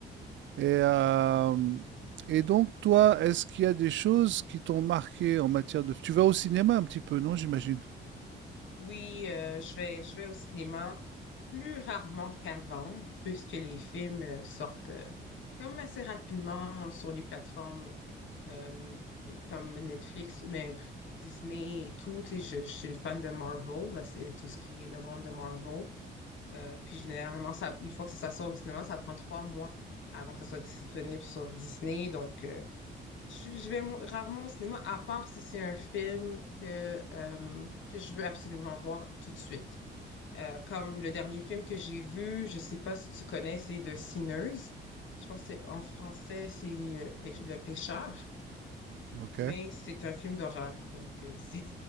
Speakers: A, on the right; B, on the left.
A: Et, euh, et donc, toi, est-ce qu'il y a des choses qui t'ont marqué en matière de... Tu vas au cinéma un petit peu, non, j'imagine?
B: Oui, euh, je vais, je vais au cinéma plus rarement qu'avant, puisque les films euh, sortent euh, comme assez rapidement sur les plateformes euh, comme Netflix ou même Disney et tout. Tu sais, je, je suis une fan de Marvel, là, c'est tout ce qui est le monde de Marvel. Euh, puis généralement, ça, une fois que ça sort au cinéma, ça prend trois mois avant que ça soit disponible sur Disney. Donc, euh, Je, je vais mo- rarement au cinéma, à part si c'est un film que, euh, que je veux absolument voir tout de suite. Euh, comme le dernier film que j'ai vu, je sais pas si tu connais, c'est The Sinners. Je pense que c'est- en français, c'est euh, Pê- Le Pêcheur,
A: Ok.
B: mais c'est un film d'horreur. Donc, euh, <laughs> c'est